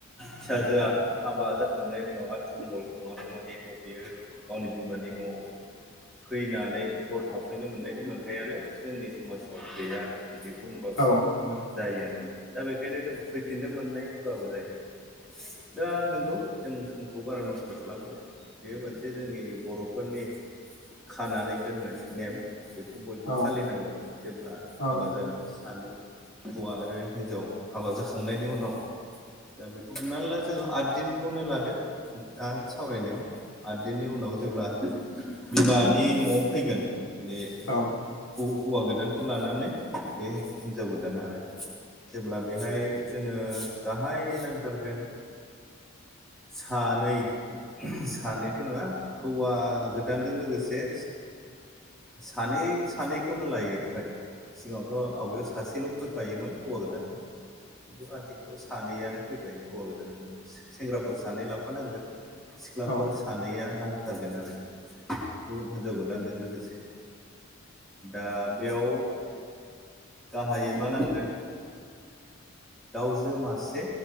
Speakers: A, in the centre; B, on the left.
A: फिसाजोआ हाबा जाखांनायनि उनावहाय आथि मंबल खुङागौ मानि न' बियो गावनि बिमानि न'आव फैनानै हर थाफैनो मोननायनि मोनथायानो जोंनि समाजाव गैया आरो। बिदि बुंबाबो
B: औ औ
A: जायो आरो। दा बेखायनो जों फैफिननो मोननाय होनबाबो जायो। दा नंगौ जों समखौ बारा नस्थ' खालामजाया बेयो मोनसे जोंनि बर'फोरनि खानानै दोननाय नेम बेखौ बयबो
B: औ
A: फालिनांगौ जेब्ला
B: औ
A: हाबा जागोन सानै हौवा आरो हिन्जाव हाबा जाखांनायनि उनाव दा बेखौ हमनानै ला जोङो आद दिनखौनो लादों। दा सावरायनायाव आददिननि उनाव जेब्ला बिमानि न'आव फैगोन बे
B: औ।
A: हौ हौवा गोदानखौ लानानै बे हिनजाव गोदाना आरो जेब्ला बेहाय जोङो गाहाय नांथारगोन सानै सानैथ' नङा हौवा गोदानजों लोगोसे सानै सानैखौनो लायो फ्राय सिगाङावथ' आवगायाव सासेल' फैफायोमोन हौवा गोदानाव खिन्थु आथिखालाव सानैयानो फैफायो हौवा गोदानजों। सेंग्राफोर सानै लाफानांगोन सिख्लाफोर
B: औ
A: सानैया नांथारगोन आरो‌ हिनजाव गोदानजों लोगोसे दा बेयाव गाहायै मा नांगोन दाउजो मासे